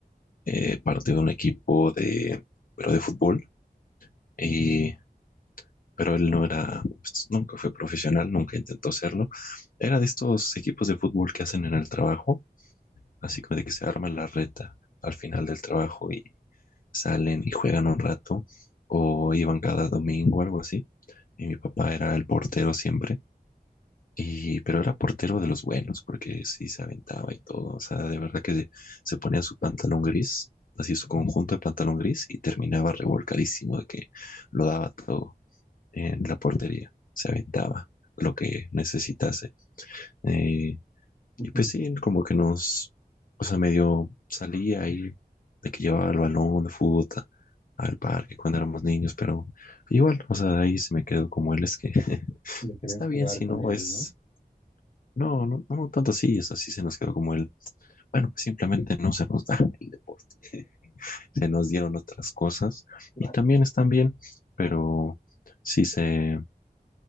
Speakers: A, on the left (about 60°); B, on the left (about 45°).
A: eh, parte de un equipo de, pero de fútbol, y,
B: Ujú,
A: pero él no era, pues, nunca fue profesional, nunca intentó serlo. Era de estos equipos de fútbol que hacen en el trabajo, así como de que se arma la reta al final del trabajo y salen y juegan un rato, o iban cada domingo, algo así. Y mi papá era el portero siempre. Y, pero era portero de los buenos, porque sí se aventaba y todo. O sea, de verdad que se ponía su pantalón gris, así su conjunto de pantalón gris, y terminaba revolcadísimo de que lo daba todo en la portería. Se aventaba lo que necesitase. Eh,
B: ujú.
A: y pues sí, como que nos, o sea, medio salía ahí de que llevaba el balón de fútbol a- al parque cuando éramos niños, pero igual, o sea, ahí se me quedó como él, es que <laughs>
B: De querer
A: está
B: jugar
A: bien si
B: con
A: no
B: él,
A: es
B: ¿no?
A: no, no, no, no tanto así, es así se nos quedó como el, bueno, pues simplemente no se nos da el deporte, <laughs> se nos dieron otras cosas
B: Vale.
A: y también están bien, pero sí se,